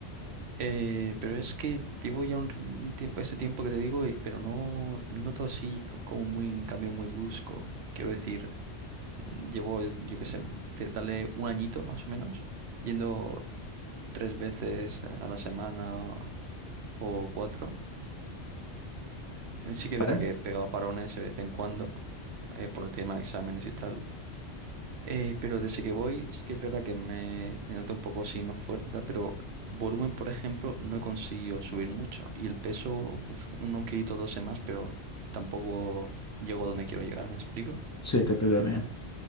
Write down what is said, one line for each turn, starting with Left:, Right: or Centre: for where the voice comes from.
Right: Eh, pero es que llevo ya un, r- un tiempo, ese tiempo que te digo, y- pero no no noto así co- como muy, un cambio muy brusco. Quiero decir, mm, llevo, yo qué sé, te- dale un añito más o menos, yendo tres veces a la semana o cuatro. Sí que es
Left: ¿Vale?
Right: verdad que he pegado parones de vez en cuando, eh, por el tema de exámenes y tal. Eh, pero desde que voy, sí que es verdad que me, me noto un poco así más fuerte, y tal, pero volumen, por ejemplo, no he conseguido subir mucho. Y el peso, uf, un un kilito, 12 más, pero tampoco llego donde quiero llegar, ¿me explico?
Left: Sí, te explico bien.